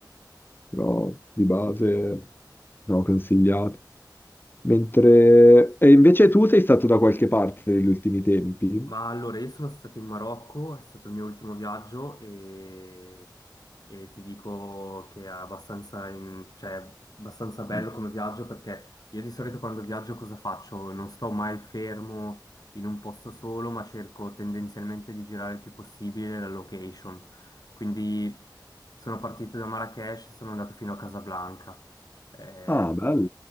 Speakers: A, on the left; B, on the left.
A: però di base no, consigliato. Mentre... E invece tu sei stato da qualche parte negli ultimi tempi?
B: Ma allora, io sono stato in Marocco, è stato il mio ultimo viaggio e, e ti dico che è abbastanza, in- cioè, è abbastanza bello
A: Mm.
B: come viaggio perché io di solito quando viaggio cosa faccio? Non sto mai fermo in un posto solo, ma cerco tendenzialmente di girare il più possibile la location. Quindi sono partito da Marrakech e sono andato fino a Casablanca. Eh,
A: Ah, bello.